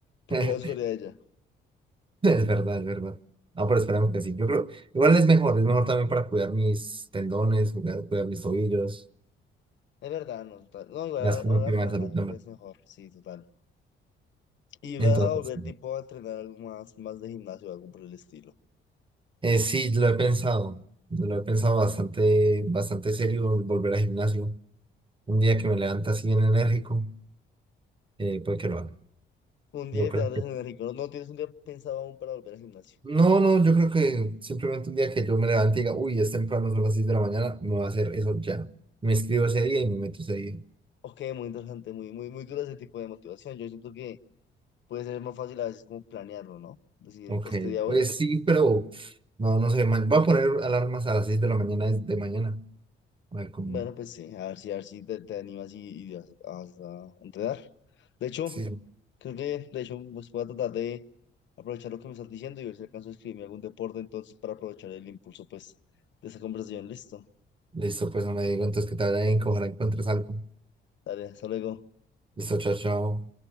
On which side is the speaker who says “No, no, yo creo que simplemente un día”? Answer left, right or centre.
Right